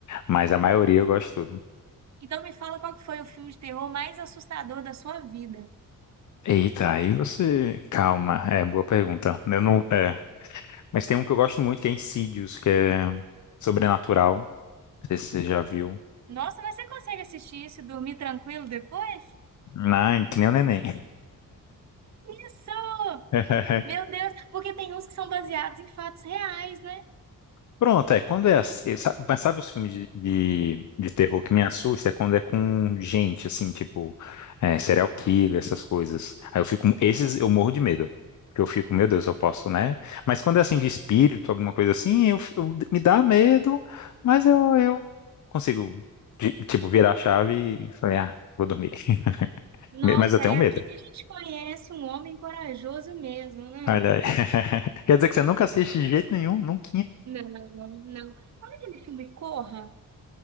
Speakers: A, on the left; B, on the right.
A: mas a maioria eu gosto tudo.
B: Então me fala qual que foi o filme de terror mais assustador da sua vida.
A: Eita, aí você, calma, é boa pergunta. Eu não, é. Mas tem um que eu gosto muito, que é Insidious, que é sobrenatural. Não sei se você já viu.
B: Nossa, mas você consegue assistir isso e dormir tranquilo depois?
A: Não, que nem o neném.
B: Isso!
A: <laughs>
B: Meu Deus, porque tem uns que são baseados em fatos reais, né?
A: Pronto, é. Quando é assim, sabe- mas sabe os filmes de, de, de terror que me assusta? É quando é com gente, assim, tipo, é, serial killer, essas coisas. Aí eu fico, esses eu morro de medo. Porque eu fico, meu Deus, eu posso, né? Mas quando é assim de espírito, alguma coisa assim, eu, fi- eu- me dá medo, mas eu, eu consigo, de- tipo, virar a chave e falei, ah, vou dormir. <laughs>
B: Nossa,
A: Mas eu tenho
B: é aqui
A: medo.
B: que a gente conhece um homem corajoso mesmo, né?
A: Olha aí. <laughs> Quer dizer que você nunca assiste de jeito nenhum? Nunca.
B: Não, não. Esse filme Corra.